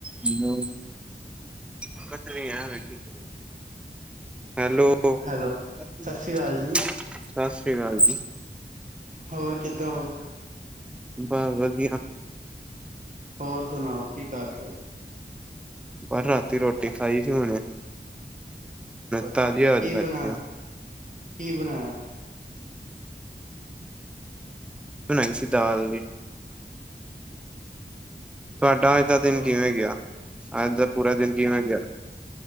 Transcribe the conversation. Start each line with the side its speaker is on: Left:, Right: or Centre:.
Centre: Hello. <unintelligible> Hello, ਸਤਿ
Right: hello, Sri Akal ਜੀ,
Centre: ਸ੍ਰੀ ਅਕਾਲ ਜੀ।
Right: ਹੋਰ ਕਿੱਦਾਂ ਓ?
Centre: ਬਸ ਵਧੀਆ।
Right: ਹੋਰ ਸੁਣਾਓ ਕੀ ਕਰ ਰੇ ਓ?
Centre: ਪਰ ਰਾਤੀ ਰੋਟੀ ਖਾਈ ਸੀ ਹੁਣ
Right: ਅੱਛਾ,
Centre: ਤਾਜ਼ੀ ਹਵਾ
Right: ਕੀ
Centre: ਚ ਬੈਠੇ
Right: ਬਣਾਇਆ
Centre: ਆ
Right: ਕੀ ਬਣਾਇਆ?
Centre: ਬਣਾਈ ਸੀ ਦਾਲ ਨੇ ਤੁਹਾਡਾ ਅੱਜ ਦਾ ਦਿਨ
Right: ਹੋ
Centre: ਕਿਵੇਂ ਗਿਆ ਅੱਜ ਦਾ ਪੂਰਾ ਦਿਨ ਕਿਵੇਂ ਗਿਆ?